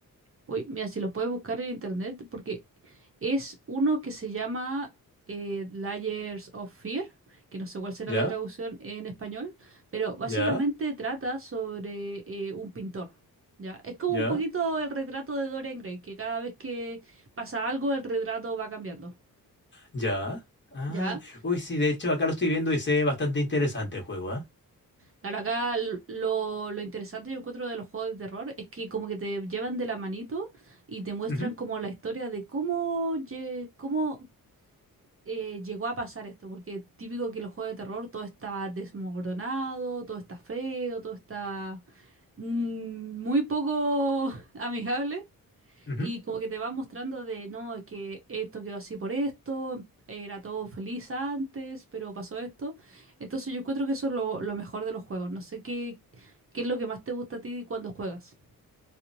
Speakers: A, on the right (about 40°); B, on the left (about 30°).
A: Uy, mira, si lo puedes buscar en internet, porque es uno que se llama eh, Layers of Fear, que no sé cuál será
B: ¿Ya?
A: la traducción en español, pero básicamente
B: ¿Ya?
A: trata sobre eh, un pintor. ¿Ya? Es como
B: ¿Ya?
A: un poquito el retrato de Dorian Gray, que cada vez que pasa algo, el retrato va cambiando.
B: ¿Ya? Ah,
A: ¿Ya?
B: uy, sí, de hecho acá lo estoy viendo y se ve bastante interesante el juego, ¿ah?
A: Claro, acá l- lo, lo interesante yo encuentro de los juegos de terror es que como que te llevan de la manito y te muestran
B: Ujú,
A: como la historia de cómo, lle- cómo eh, llegó a pasar esto, porque típico que los juegos de terror todo está desmoronado, todo está feo, todo está mm, muy poco <laughs> amigable
B: ujú.
A: y como que te van mostrando de, no, es que esto quedó así por esto, era todo feliz antes, pero pasó esto. Entonces yo encuentro que eso es lo, lo mejor de los juegos. No sé qué, qué es lo que más te gusta a ti cuando juegas.